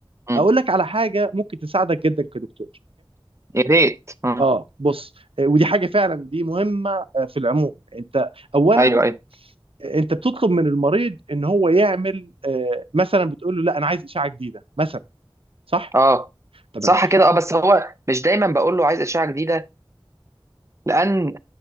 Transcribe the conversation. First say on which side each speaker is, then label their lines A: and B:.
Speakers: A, on the right; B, on the right.
A: امم
B: اقول لك على حاجه ممكن تساعدك جدا كدكتور
A: يا ريت امم
B: اه بص آه، ودي حاجه فعلا دي مهمه آه، في العموم انت اولا
A: ايوه ايوه
B: آه، انت بتطلب من المريض ان هو يعمل آه، مثلا بتقول له لا انا عايز اشعه جديده مثلا صح
A: اه
B: تمام
A: صح كده اه بس هو مش دايما بقول له عايز اشعه جديده لان